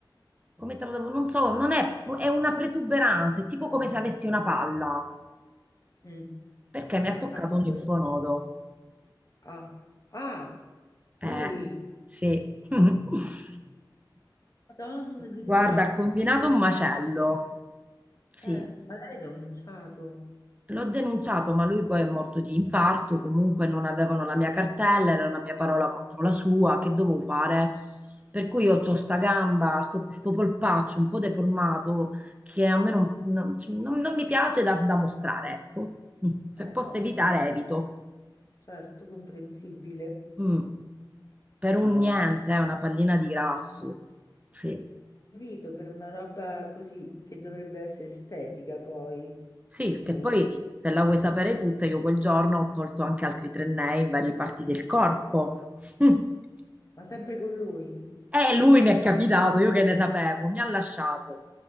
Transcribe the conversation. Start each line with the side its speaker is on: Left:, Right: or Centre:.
Right: come te lo devo, non so, non è, è una protuberanza, è tipo come se avessi una palla,
Left: Mm,
Right: perché mi
Left: ma
Right: ha
Left: grave.
Right: toccato un linfonodo.
Left: Ah, ah,
Right: Eh,
Left: lui,
Right: sì. <laughs>
Left: Madonna, denuncia
Right: Guarda, ha combinato
Left: sulla
Right: un macello.
Left: faccia.
Right: Sì.
Left: Eh, ma lei ha denunciato?
Right: L'ho denunciato, ma lui poi è morto di infarto, comunque non avevano la mia cartella, era una mia parola contro la sua, che dovevo fare? Per cui io ho sta gamba, sto, sto polpaccio un po' deformato che a me non, non- cioè, non- non mi piace da, da mostrare, ecco. Mm. Se
Left: Eh,
Right: posso
Left: no,
Right: evitare,
Left: capi-
Right: evito.
Left: certo, comprensibile.
Right: Mm. Per un
Left: No.
Right: niente, è una pallina di grasso. Sì.
Left: servito per una roba così che dovrebbe essere estetica poi,
Right: Sì,
Left: figurati.
Right: che poi se la vuoi sapere tutta, io quel giorno ho tolto anche altri tre nei in varie parti del corpo. <laughs>
Left: Ma sempre con lui?
Right: E lui mi è capitato, io che ne sapevo, mi ha lasciato